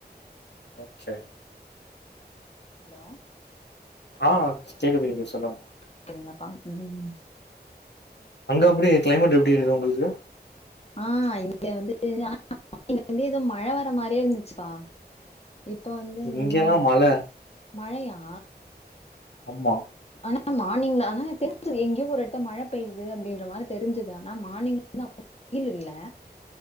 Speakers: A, on the left (about 80°); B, on the left (about 35°).
A: பச்ச
B: ஹலோ
A: ஆ கேக்குது கேக்குது சொல்லுங்
B: சரிங்ளாப்பா ம்
A: அங்க எப்டி கிளைமேட் எப்டி இருக்கு உங்களுக்கு
B: ஆ இங்க வந்துட்டு ஆனா இங்க வந்து ஏதோ மழை வர மாரியே இருந்துச்சு பா இப்ப வந்து
A: இங்கெல்லா
B: எதோ வந்து
A: மழ
B: மழையா
A: அம்மா
B: ஆனா மார்னிங்ல ஆனா தெரிஞ்சுது எங்கேயோ ஒரு எடத்துல மழ பெயுது அப்டின்ற மாரி தெரிஞ்சுது ஆனா மார்னிங்ல வெயில் இல்ல